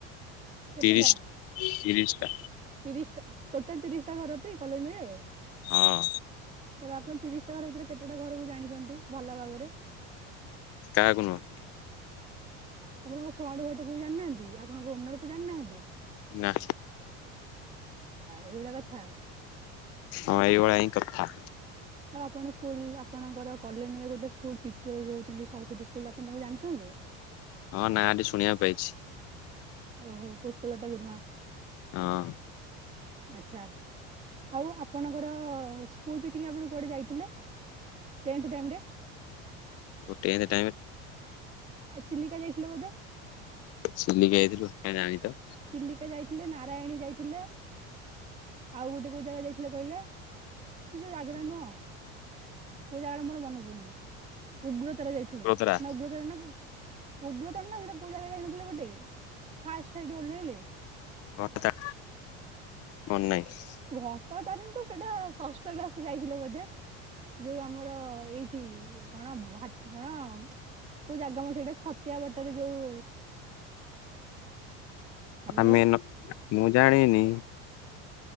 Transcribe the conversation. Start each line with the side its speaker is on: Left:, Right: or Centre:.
Right: କେତେଟା
Left: ତିରିଶ ତିରିଶଟା
Right: ତିରିଶ। ଟ ଟୋଟାଲ ତିରିଶ ଟା ଘର ଟି କଲୋନୀରେ।
Left: ହଁ।
Right: ତାହଲେ ଆପଣ ତିରିଶଟା ଘର ଭିତରେ କେତେଟା ଘରକୁ ଜାଣିଛନ୍ତି ଭଲ ଭାବରେ।
Left: କାହାକୁ ନୁହଁ।
Right: ଆପଣଙ୍କ ଫ୍ରଣ୍ଟ ଘର ଟା କୁ ଜାଣିନାହାନ୍ତି ଆପଣଙ୍କ ଓନରକୁ ଜାଣି ନାହାନ୍ତି।
Left: ନା।
Right: ଏଇଭଳିଆ କଥା
Left: ହଁ ଏଇଭଳିଆ ହିଁ କଥା।
Right: ଆଉ ଆପଣ ସ୍କୁଲ ଆପଣଙ୍କର କଲୋନୀ ରେ ଗୋଟେ ସ୍କୁଲ ଟିଚର ରହୁଛନ୍ତି ସରସ୍ଵତୀ ସ୍କୁଲ ଆପଣ ତାଙ୍କୁ ଜାଣିଚନ୍ତି।
Left: ହଁ ନାଁ ଟି ଶୁଣିବାକୁ ପାଇଛି।
Right: ଓହୋ ପୁଷ୍ପଲତା ଗୁରୁମା।
Left: ହଁ।
Right: ଆଚ୍ଛା ଆଉ ଆପଣଙ୍କର ସ୍କୁଲ ପିକନିକ୍ ଆପଣ କୁଆଡ଼େ ଯାଇଥିଲେ। ଟେନ୍ଥ ଟାଇମ ରେ।
Left: ମୋ ଟେନଥ ଟାଇମରେ।
Right: ଆଉ ଚିଲିକା ଯାଇଥିଲେ ବୋଧେ।
Left: ଚିଲିକା ଯାଇଥିଲୁ କାଇଁ ଜାଣିନି ତ।
Right: ଚିଲିକା ଯାଇଥିଲେ ନାରାୟଣୀ ଯାଇଥିଲେ ଆଉ ଗୋଟେ କୋଉ ଜାଗା ଯାଇ ଥୀଲେ କହିଲେ ସେ ଯୋଉ ଜାଗଟା ନୁହଁ କୋଉ ଜାଗା ଟା ମୋର ମନେପ ଡୁନି ଉଗ୍ରତାର ଯାଇଥିଲେ
Left: କୋଳତରା
Right: ନା ଉଗ୍ରତାର ନା କୋଉ ଉଗ୍ରତାର ନା ସେଟା କୋଉ ଜାଗା ଯାଇନଥିଲେ ଗୋଟେ ଫାର୍ଷ୍ଟ ସେଇଠି ଓହ୍ଲେଇଲେ।
Left: ଘଟ ତା ମନ ନହିଁ।
Right: ଘଟଗାଁ ତାରିଣୀ ତ ସେଟା ଷଷ୍ଟ କ୍ଲାସ ରେ ଯାଇଥିଲେ ବୋଧେ। ଯୋଉ ଆମର ଏଇଠି କଣ ଭାଟ କଣ। କୋଉ ଜାଗା ମ ସେଇଟା ଛତିଆ ବଟରେ ଯୋଉ। ହ୍ୟାଲୋ
Left: ଆମେ ନ ମୁଁ ଜାଣିନି।